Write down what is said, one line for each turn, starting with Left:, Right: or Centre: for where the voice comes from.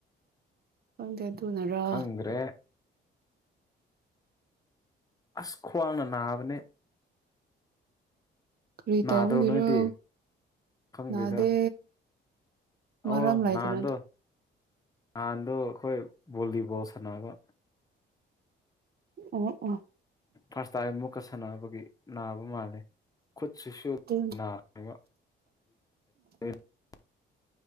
Right: ꯈꯪꯇꯌꯥ ꯇꯨꯅꯔ
Left: ꯈꯪꯗ꯭ꯔꯦ ꯑꯁ ꯈ꯭ꯋꯥꯡꯅ ꯅꯥꯕꯅꯦ
Right: ꯀꯔꯤ
Left: ꯅꯥꯗ꯭ꯔꯣ
Right: ꯇꯧꯕꯒꯤꯔꯣ
Left: ꯅꯣꯏꯗꯤ ꯈꯪꯗꯦꯗ
Right: ꯅꯥꯗꯦ ꯃꯔꯝ
Left: ꯑꯣ
Right: ꯂꯩꯇꯅ
Left: ꯅꯥꯟꯗꯣ ꯅꯍꯥꯟꯗꯣ ꯑꯩꯈꯣꯏ ꯚꯣꯂꯤꯕꯣꯜ ꯁꯥꯟꯅꯅꯕ
Right: ꯑꯣ ꯑꯣ
Left: ꯐꯥꯔꯁ ꯇꯥꯏ ꯑꯃꯨꯛꯀ ꯁꯥꯟꯅꯕꯒꯤ ꯅꯥꯕ ꯃꯥꯜꯂꯦ ꯈꯨꯠꯁꯤꯁꯨ
Right: ꯎꯝ
Left: ꯅꯥꯕ <unintelligible>